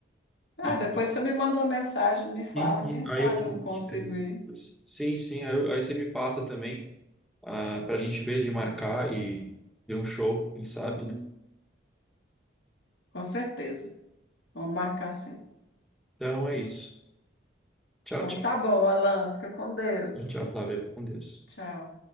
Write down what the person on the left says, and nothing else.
Ah,
depois você me manda uma mensagem, me fala,
quem sabe
eu não consigo
ir.
Com certeza. Vamos marcar sim.
Então
tá bom, Alan, fica com Deus.
Tchau.